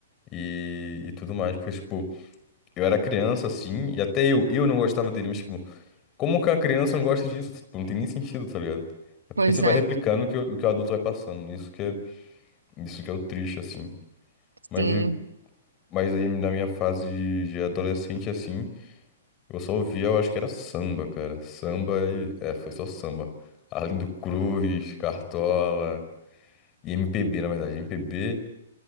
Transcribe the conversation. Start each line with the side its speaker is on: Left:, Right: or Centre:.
Left: e, e tudo mais, pois, tipo, eu era criança, assim, e até eu, eu não gostava dele, mas, tipo, como que uma criança não gosta disso? Tipo, não tem nem sentido, tá ligado? É porque
Right: Pois
Left: você vai
Right: é,
Left: replicando o que o, o que o adulto vai passando, isso que é, isso que é o triste, assim, mas,
Right: sim,
Left: de- mas aí na minha fase de de adolescente, assim... Eu só ouvia, eu acho que era samba, cara. Samba e. É, foi só samba. Arlindo Cruz, Cartola e MPB, na verdade. MPB.